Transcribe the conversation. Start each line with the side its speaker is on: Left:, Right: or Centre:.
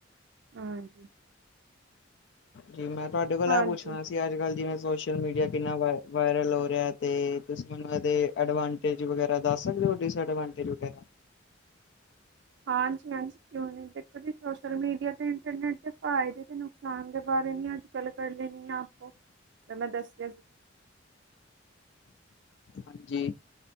Right: ਹਾਂਜੀ
Left: ਜੀ ਮੈ ਤੁਹਾਡੇ ਕੋਲ
Right: ਹਾਂਜੀ
Left: ਆ ਪੁੱਛਣਾ ਸੀ ਅੱਜ ਕੱਲ੍ਹ ਜਿਵੇ ਸੋਸ਼ਲ ਮੀਡੀਆ ਕਿੰਨਾ ਵਾਇ ਵਾਇਰਲ ਹੋ ਰਿਹਾ ਅਤੇ ਤੁਸੀ ਮੈਨੂੰ ਇਹਦੇ ਐਡਵਾਂ ਵਗੈਰਾ ਦੱਸ ਸਕਦੇ ਹੋ ਡਿਸਐਡਵਾਂਟੇਜ ਵਗੈਰਾ
Right: ਹਾਂਜੀ ਹਾਂਜੀ ਕਿਉ ਨ ਦੇਖੋ ਜੀ ਸੋਸ਼ਲ ਮੀਡੀਆ ਤੇ ਇੰਟਰਨੈਟ ਦੇ ਫਾਇਦੇ ਤੇ ਨੁਕਸਾਨ ਦੇ ਬਾਰੇ ਨ ਅੱਜ ਕੱਲ ਕਰ ਲੈਣੀ ਹੈ ਆਪ ਤਾਂ ਮੈਂ ਦੱਸ ਸੀ
Left: ਹਾਂਜੀ।